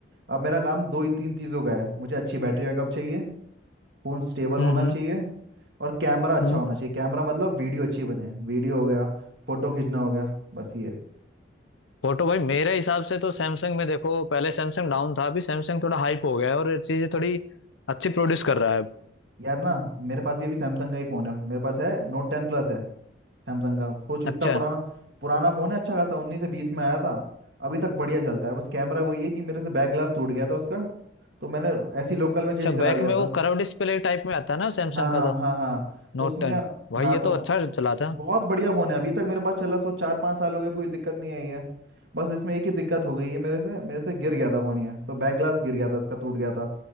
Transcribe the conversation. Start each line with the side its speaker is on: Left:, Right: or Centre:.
Right: अब मेरा काम दो ही तीन चीज़ों का है मुझे अच्छी बैटरी बैकअप चाहिए फ़ोन स्टेबल
Left: हम्म
Right: होना
Left: हम्म
Right: चाहिए और कैमरा अच्छा
Left: हम्म
Right: होना चाहिए कैमरा मतलब वीडियो अच्छी बने वीडियो हो गया फ़ोटो खींचना हो गया बस ये
Left: फोटो भाई मेरे हिसाब से तो सैमसंग में देखो पहले सैमसंग डाउन था अभी सैमसंग थोड़ा हाइप हो गया है और चीजें थोड़ी अच्छी प्रोड्यूस कर रहा है अब।
Right: यार ना मेरे पास भी अभी सैमसंग का ही फ़ोन है मेरे पास है नोट टेन प्लस है सैमसंग का सोच इतना
Left: अच्छा
Right: पुराना पुराना फ़ोन है अच्छा खासा उन्नीस से बीस में आया था अभी तक बढ़िया चलता है बस कैमरा वही है कि मेरे से बैक ग्लास टूट गया था उसका तो मैंने ऐसी लोकल में चेंज
Left: अच्छा
Right: करा
Left: बैक
Right: लिया
Left: में
Right: था
Left: वो कर्व डिस्प्ले टाइप में आता है ना सैमसंग
Right: हाँ
Left: का
Right: हाँ
Left: तो
Right: हाँ हाँ
Left: नोट
Right: तो उसमें
Left: टेन
Right: क्या
Left: भाई
Right: हाँ
Left: ये
Right: तो
Left: तो अच्छा चला था
Right: बहुत बढ़िया फोन है अभी तक मेरे पास चला सो चार पाँच साल हो गए कोई दिक्कत नहीं आई है बस इसमें एक ही दिक्कत हो गई है मेरे से मेरे से गिर गया था फोन ये तो बैक ग्लास गिर गया था इसका टूट गया था